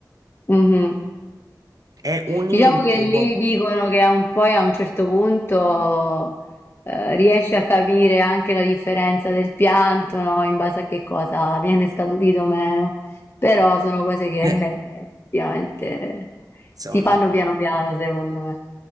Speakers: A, on the left (about 35°); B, on the right (about 55°).
A: Mhm.
B: È un
A: Diciamo
B: incubo.
A: che lì dicono che a un poi a un certo punto eh, riesci a capire anche la differenza del pianto, no? In base a che cosa viene scaturito o meno. Però sono cose che
B: Eh,
A: <laughs> effettivamente
B: Insomma,
A: si fanno piano piano, secondo me.